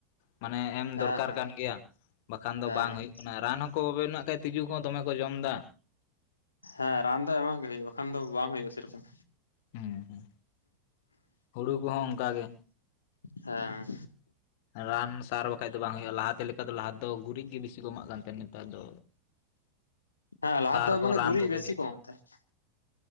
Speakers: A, on the left (about 50°); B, on the left (about 75°).
A: ᱢᱟᱱᱮ ᱮᱢ
B: ᱦᱮᱸ
A: ᱫᱚᱨᱠᱟᱨ
B: ᱦᱮᱸ
A: ᱠᱟᱱ ᱜᱮᱭᱟ ᱵᱟᱠᱷᱟᱱ ᱫᱚ
B: ᱦᱮᱸ
A: ᱵᱟᱝ ᱦᱩᱭᱩᱜ ᱠᱟᱱᱟ ᱨᱟᱱ ᱦᱚᱸᱠᱚᱚᱵᱮ ᱢᱮᱱᱟᱜ ᱠᱷᱟᱡ ᱛᱤᱡᱩ ᱠᱚᱦ ᱫᱚᱢᱮ ᱠᱚ ᱡᱚᱢ ᱫᱟ᱾
B: ᱦᱮᱸ ᱨᱟᱱ ᱫᱚ ᱮᱢᱟᱜ ᱜᱮ ᱦᱩᱭᱩᱜᱼᱟ ᱮᱠᱷᱟᱱ ᱫᱚ ᱵᱟᱝ ᱦᱩᱭᱩᱜᱼᱟ ᱥᱮᱨᱚᱠᱚᱢ᱾
A: ᱦᱮᱸ ᱦᱮᱸ ᱦᱩᱲᱩ ᱠᱚᱦᱚᱸ ᱚᱱᱠᱟ ᱜᱮ᱾
B: ᱦᱮᱸ᱾
A: ᱨᱟᱱ ᱥᱟᱨ ᱵᱟᱠᱷᱟᱡ ᱫᱚ ᱵᱟᱝ ᱦᱳᱭᱳᱜᱼᱟ ᱞᱟᱦᱟᱛᱮ ᱞᱮᱠᱟ ᱫᱚ ᱞᱟᱦᱟ ᱫᱚ ᱜᱩᱨᱤᱡ ᱜᱮ ᱵᱤᱥᱤ ᱠᱚ ᱮᱢᱟᱜ ᱠᱟᱱ ᱛᱟᱦᱮᱱᱟ᱾ ᱱᱮᱛᱟᱨ ᱫᱚ
B: ᱦᱮᱸ ᱞᱟᱦᱟ
A: ᱥᱟᱨ
B: ᱫᱚ
A: ᱠᱚ
B: ᱢᱟᱱᱮ
A: ᱨᱟᱱ
B: ᱜᱩᱨᱤᱡ
A: ᱠᱚᱜᱮ ᱵᱮᱥᱤ᱾
B: ᱠᱚ ᱮᱢᱟᱜ ᱛᱟᱦᱮᱸᱫ